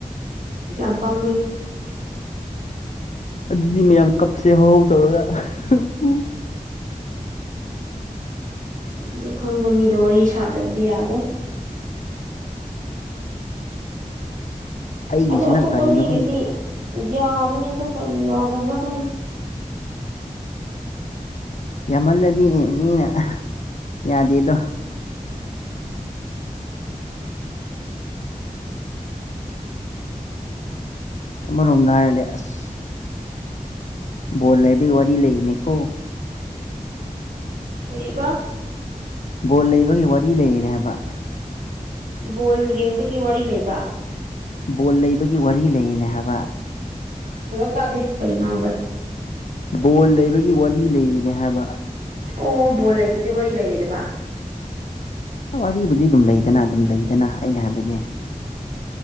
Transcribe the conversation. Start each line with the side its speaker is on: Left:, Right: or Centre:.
Right: ꯌꯥꯝ ꯄꯥꯝꯃꯌꯦ
Left: ꯑꯗꯨꯗꯤ ꯃꯌꯥꯝ ꯀꯞꯁꯦ ꯍꯧꯍꯥꯎ ꯇꯧꯔꯒ ꯎ ꯎ
Right: ꯑꯗꯨ ꯈꯪꯕ ꯃꯤꯗꯣ ꯋꯥꯔꯤ ꯁꯥꯗ꯭ꯔꯗꯤ ꯌꯥꯒꯣꯏ ꯑ
Left: ꯑꯩꯒꯤꯁꯤꯅ
Right: ꯑꯗꯨ ꯑꯇꯣꯞꯄ
Left: ꯀꯔꯤꯅꯣ
Right: ꯃꯤꯒꯤꯗꯤ
Left: ꯈꯪꯗꯦ
Right: ꯌꯥꯕꯅꯤ ꯑꯗꯨ ꯀꯔꯤ ꯌꯥꯗꯕ꯭ꯔꯥ ꯈꯪꯗꯦ
Left: ꯌꯥꯝꯃꯜꯂꯗꯤ ꯃꯤꯅ ꯌꯥꯗꯦꯗꯣ ꯑꯃꯔꯣꯝꯗ ꯍꯥꯏꯔꯗꯤ ꯑꯁ ꯕꯣꯜ ꯂꯩꯕꯒꯤ ꯋꯥꯔꯤ ꯂꯩꯅꯦꯀꯣ
Right: ꯀꯕ
Left: ꯕꯣꯜ ꯂꯩꯕꯒꯤ ꯋꯥꯔꯤ ꯂꯩꯔꯤꯅꯦ ꯍꯥꯏꯕ
Right: ꯕꯣꯜ ꯌꯦꯡꯕꯒꯤ ꯋꯥꯔꯤ ꯂꯩꯕ
Left: ꯕꯣꯜ ꯂꯩꯕꯒꯤ ꯋꯥꯔꯤ ꯂꯩꯔꯤꯅꯦ ꯍꯥꯏꯕ
Right: ꯑ ꯐꯖꯅ ꯇꯥꯗꯦ ꯀꯔꯤ ꯉꯥꯡꯕꯔ
Left: ꯕꯜ ꯂꯩꯕꯒꯤ ꯋꯥꯔꯤ ꯂꯩꯔꯤꯅꯦ ꯍꯥꯏꯕ
Right: ꯑꯣ ꯕꯣꯜ ꯂꯩꯇꯗꯤ ꯋꯥꯔꯤ ꯂꯩꯔꯣꯏꯗꯕ
Left: ꯋꯥꯔꯤꯕꯨꯗꯤ ꯑꯗꯨꯝ ꯂꯩꯗꯅ ꯑꯗꯨꯝ ꯂꯩꯗꯅ ꯑꯩꯅ ꯍꯥꯏꯕꯗꯤ